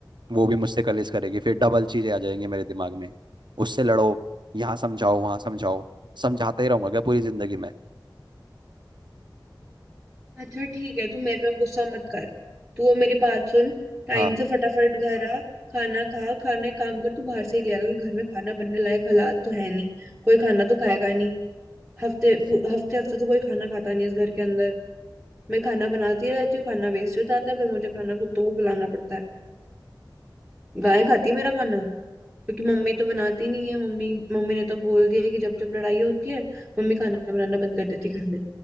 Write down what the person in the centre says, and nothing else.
अच्छा ठीक है तू मेरे पे गुस्सा मत कर तू वो मेरी बात सुन टाइम
से फटाफट घर आ खाना खा खाना एक काम कर तू बाहर से ही ले आ क्योंकि घर में खाना बनने लायक हालात तो है नहीं कोई खाना तो खाएगा नहीं हफ्ते
पू- हफ्ते हफ्ते तो कोई खाना खाता नहीं इस घर के अंदर मैं खाना बनाती रहती हूँ खाना वेस्ट हो जाता है फिर मुझे खाना कुत्तों को खिलाना पड़ता है गाय खाती है मेरा खाना क्योंकि मम्मी तो बनाती नहीं है मम्मी मम्मी ने तो बोल दिया है कि जब जब लड़ाई होती है मम्मी खाना बनाना बंद कर देती है घर में